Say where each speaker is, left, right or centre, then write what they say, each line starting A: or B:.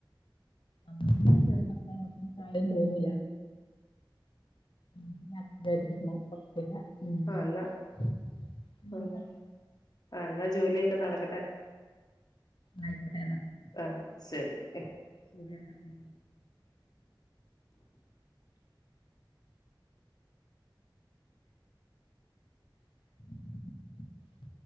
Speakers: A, on the left; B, on the left.
A: അമ്മയമ്മ ചെറുപ്പക്കാ ഒത്തിരി പ്രായം തോന്നൂല നല്ല ആക്റ്റീവായിട്ടിരിക്കുണു കൊഴപ്പല്ല മ്
B: ആഹ് എന്നാ
A: പ്പം നമ്മക്കാ
B: ആഹ് ആ എന്നാ ജോലിയൊക്കെ നടക്കട്ടെ
A: ആയിക്കോട്ടെ
B: ആ ശരി
A: ശെരിയെന്ന ഉം <unintelligible>